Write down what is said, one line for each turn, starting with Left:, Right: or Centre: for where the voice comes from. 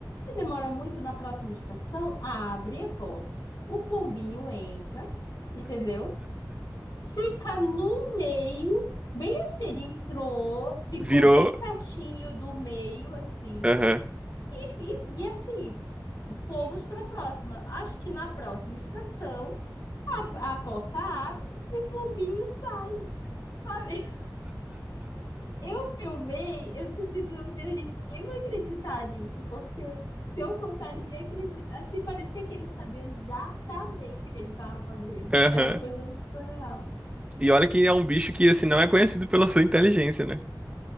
Left: Se demora muito na próxima estação, abre a porta. O pombinho entra, entendeu? Fica no meio, bem assim, ele entrou, ficou
Right: Virou.
Left: bem pertinho do meio, assim,
Right: Aham,
Left: e, e, e assim, fomos para a próxima. Acho que na próxima extração a, a porta abre e o pombinho sai, sabe? Eu filmei, eu disse assim, meu Deus, ninguém vai acreditar nisso, porque se eu contar, ninguém acredita. Assim, parecia que ele sabia exatamente o que ele estava fazendo.
Right: aham.
Left: Era uma coisa muito surreal.
Right: E olha que é um bicho que, assim, não é conhecido pela sua inteligência, né?